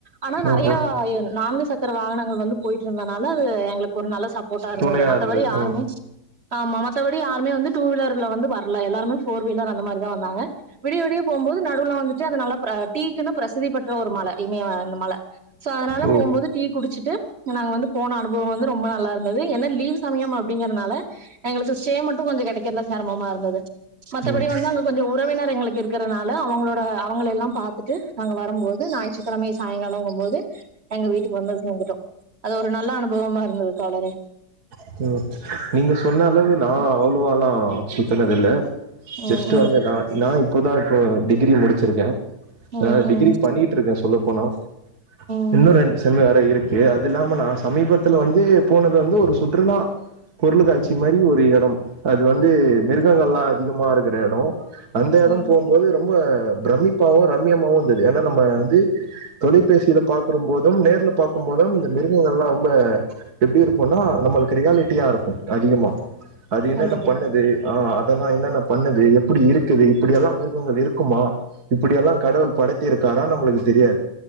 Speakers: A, on the right (about 40°); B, on the right (about 65°).
A: ஆனா நிறையா
B: ஓஹோ
A: நான்கு சக்கர வாகனங்கள் வந்து போயிட்டு இருந்தனால அது எங்களுக்கு ஒரு நல்ல சப்போர்ட்டா இருந்தது
B: துணையா
A: மத்தபடி யாருமே
B: ஆ
A: ஆமா மத்தபடி யாருமே வந்து டூ வீலர்ல வந்து வரல எல்லாருமே போர் வீலர் அந்த மாறிதான் வந்தாங்க விடிய விடிய போம்போது நடுவுல வந்துட்டு அதுநல்ல பிரச் டீக்குனு பிரசித்தி பெற்ற ஒரு மலை இமய. சோ அதுனால
B: ஓ
A: போம்போது டீ குடிச்சிட்டு நாங்க வந்து போன அனுபவம் வந்து ரொம்ப நல்லா இருந்தது ஏன்னா லீவ் சமயம் அப்புடிங்கறதுனால எங்களுக்கு ஸ்டே மட்டும் கொஞ்சம் கிடைக்குறதுல சிரமமா இருந்தது மத்தபடி
B: ம்
A: வந்து அங்க கொஞ்சம் உறவினர் எங்களுக்கு இருக்குறதுனால அவங்களோட அவங்கள எல்லாம் பாத்துட்டு நாங்க வரும் போது ஞாயிற்றுக்கிழமை சாயங்காலம்ங்கும்போது எங்க வீட்டுக்கு வந்த சேர்ந்துடுட்டோம் அது ஒரு நல்ல அனுபவமா இருந்தது தோழரே
B: ஓகே ஓகே நீங்க சொன்ன அளவு நான் அவ்வளவ எல்லாம் சுத்தினது இல்ல
A: ம்
B: ஜஸ்ட்
A: ம் ம்
B: வந்து நான் நான் இப்போதான் இப்போ டிகிரி முடிச்சிருக்கேன்
A: ம்
B: ஆனா
A: ம்
B: டிகிரி பண்ணிட்டு இருக்கேன் சொல்ல போனா
A: ம்.
B: இன்னும் ரெண்டு செம் வேற இருக்கு அது இல்லாம சமீபத்துல வந்து போனது வந்து ஒரு சுற்றுலா பொருளுகாட்சி மாறி ஒரு இடம் அது வந்து
A: ம்
B: மிருகங்கள்லாம் அதிகமா இருக்கிற இடம் அந்த இடம்
A: ம்
B: போம்போது ரொம்ப பிரமிப்பாவும் ரம்மியமாவும் இருந்தது ஏன்னா நம்ம வந்து தொலைபேசியில பாகறும் போதும் நேர்ல பாக்கும் போதும் இந்த மிருகங்கள் எல்லாம் ரொம்ப எப்படி இருக்கும்னா நம்மளுக்கு ரியாலிட்டியா இருக்கும் அதிகமா அது என்னென்ன
A: கண்டிப்பா
B: பண்ணுது ஆ அதெல்லாம் என்னன்ன பண்ணுது எப்படி இருக்குது இப்படிெல்லாம் மிருகங்க இருக்குமா இப்படியெல்லாம் கடவுள் படைத்தி இருக்காரா நம்மளுக்கு தெரியாது